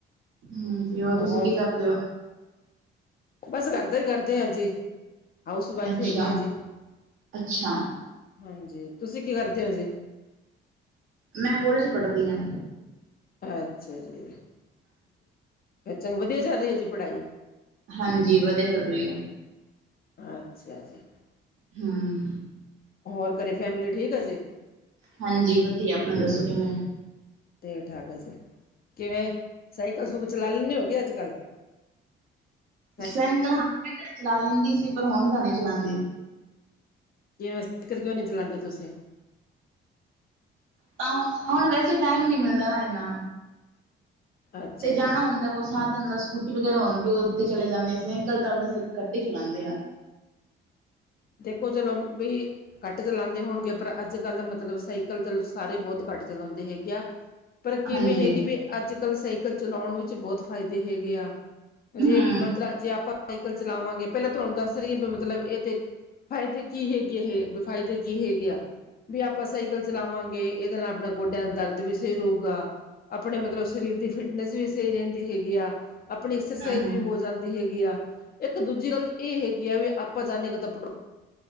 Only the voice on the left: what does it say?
ਹੋਰ
ਬੱਸ ਗਰਦਾਈ ਕਰਦੇ ਆਂ ਜੀ, ਹਾਊਸ ਵਾਈਫ
ਹੇਗੇਆਂ ਜੀ।
ਹਾਂਜੀ, ਤੁਸੀ ਕੀ ਕਰਦੇ ਓ ਜੀ?
ਅੱਛਾ ਜੀ, ਚਲੋ ਵਧੀਆਂ ਚੱਲ ਰਹੀ ਏ ਜੀ ਪੜ੍ਹਾਈ
ਅੱਛਾ ਜੀ
ਹੋਰ ਘਰੇ ਫੈਮਿਲੀ ਠੀਕ ਐ ਜੀ
ਠੀਕ-ਠਾਕ ਆ ਜੀ, ਕਿਵੇਂ ਸਾਈਕਲ-ਸੁੂਕਲ ਚਲਾ ਲੈਂਣੇ ਓ ਕੇ ਅੱਜ-ਕੱਲ੍ਹ ' <inaudible>
ਕਿਵੇਂ, ਸਾਈਕਲ ਕਿਉਂ ਨੀ ਚਲਾਂਦੇ ਤੁਸੀਂ
ਅੱਛਾ
ਜੀ
ਦੇਖੋਂ ਚਲੋ ਵੀ ਘੱਟ ਚਲਾਉਂਦੇ ਹੋਣਗੇ ਪਰ ਅੱਜ-ਕੱਲ੍ਹ ਮਤਲਬ ਸਾਈਕਲ ਚੱਲ ਸਾਰੇ ਬਹੁਤ ਘੱਟ ਚਲਾਉਂਦੇ ਹੈਗੇ ਆ ਪਰ ਕਿਵੇਂ
ਹੈਗੀ ਵੀ ਅੱਜ-ਕੱਲ੍ਹ ਸਾਈਕਲ ਚਲਾਉਣ ਵਿੱਚ ਬਹੁਤ ਫ਼ਾਇਦੇ ਹੈਗੇ ਆ
ਜੇ ਮਤਲਬ ਜੇ ਆਪਾਂ ਸਾਈਕਲ ਚਲਾਵਾਂਗੇ ਪਹਿਲਾਂ ਤੁਹਾਨੂੰ ਦੱਸ ਰਹੀ ਆ ਵੀ ਮਤਲਬ ਇਹ ਦੇ ਫ਼ਾਇਦੇ ਕੀ ਹੈਗੇ, ਇਹ ਬ ਫ਼ਾਇਦੇ ਕੀ ਹੈਗੇ ਆ ਵੀ ਆਪਾਂ ਸਾਈਕਲ ਚਲਾਵਾਂਗੇ ਇਹਦੇ ਨਾਲ਼ ਆਪਣਾ ਗੋਡਿਆਂ ਦਾ ਦਰਦ ਵੀ ਸਹੀ ਰਹੂਗਾ, ਆਪਣੇ ਮਤਲਬ ਸਰੀਰ ਦੀ ਫਿਟਨੈਸ ਵੀ ਸਹੀ ਰਹਿੰਦੀ ਹੈਗੀ ਆ ਆਪਣੀ ਐਕਸਰਸਾਈਜ਼
ਵੀ ਹੋ ਜਾਂਦੀ ਹੈਗੀ ਆ ਇੱਕ ਦੂਜੀ ਗੱਲ ਇਹ ਹੈਗੀ ਆ, ਵੀ ਆਪਾਂ ਜਾਣੇ ਕਿ ਤਾਂ ਪੈਟ